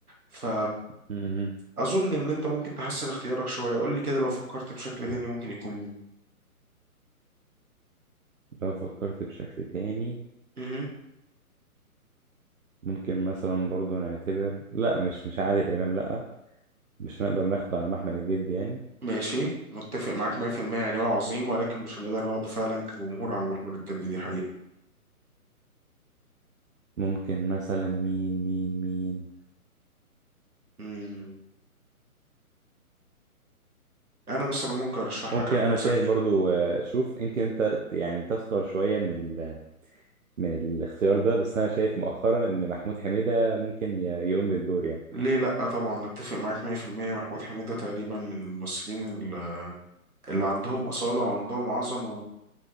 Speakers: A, on the right; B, on the right.
A: ف
B: مهم.
A: اظن ان انت ممكن تحسن اختيارك شويه قول لي كده لو فكرت بشكل تاني ممكن يكون مين
B: لو فكرت بشكل تاني
A: مهم.
B: ممكن مثلا برضه نعتبر لا مش مش عادل امام لا مش هنقدر ناخده على محمل الجد يعني
A: ماشي متفق معاك 100% يعني هو عظيم ولكن مش هنقدر ناخده فعلا كجمهور على محمل الجد دي حقيقه
B: ممكن مثلا مين مين مين
A: مم. انا مثلا ممكن ارشح
B: ممكن
A: لك احمد
B: انا شايف
A: زكي
B: برضو آه، شوف يمكن انت يعني تسخر شوية من ال من الاختيار ده بس انا شايف مؤخرا ان محمود حميدة ممكن ي- يقوم بالدور يعني
A: ليه لا طبعا اتفق معاك 100% محمود حميده تقريبا من الممثلين ال- اللي عندهم اصاله وعندهم عظمه